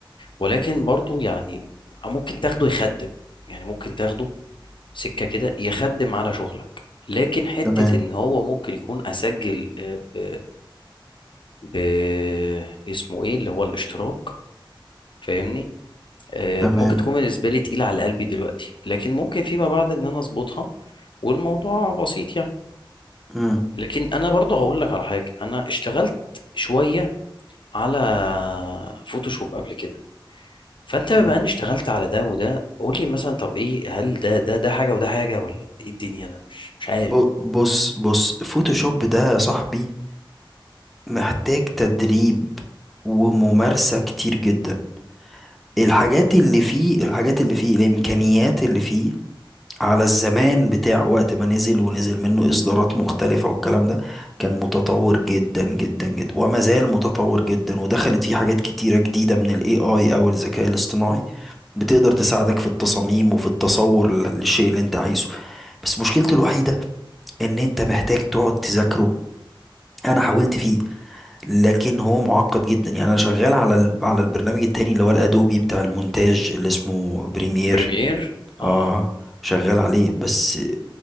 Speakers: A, on the left (about 65°); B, in the centre.
A: ولكن برضو يعني ممكن تاخده يخدم يعني ممكن تاخده سكه كده يخدم على شغلك لكن حته
B: تمام
A: ان هو ممكن يكون اسجل آه، ب... ب اسمه ايه اللي هو الاشتراك فاهمني آه،
B: تمام
A: ممكن تكون بالنسبه لي تقيله على قلبي دلوقتي لكن ممكن فيما بعد ان انا اظبطها والموضوع بسيط يعني
B: مم.
A: لكن انا برضه هقول لك على حاجه انا اشتغلت شويه على فوتوشوب قبل كده فانت بما
B: مم.
A: اني اشتغلت على ده وده قول لي مثلا طب ايه هل ده ده ده حاجه وده حاجه ولا ايه الدنيا انا مش مش عارف
B: ب- بص بص فوتوشوب ده يا صاحبي محتاج تدريب وممارسة كتير جدا الحاجات اللي فيه الحاجات اللي فيه الإمكانيات اللي فيه على الزمان بتاع وقت ما نزل ونزل منه إصدارات مختلفة والكلام ده كان متطور جدا جدا جدا وما زال متطور جدا ودخلت فيه حاجات كتيرة جديدة من ال AI أو الذكاء الاصطناعي بتقدر تساعدك في التصاميم وفي التصور لل- للشيء اللي أنت عايزه بس مشكلته الوحيدة إن أنت محتاج تقعد تذاكره أنا حاولت فيه لكن هو معقد جدا يعني أنا شغال على ال- على البرنامج التاني اللي هو الأدوبي بتاع المونتاج اللي اسمه بريمير
A: بريمير
B: اه
A: اه
B: شغال عليه بس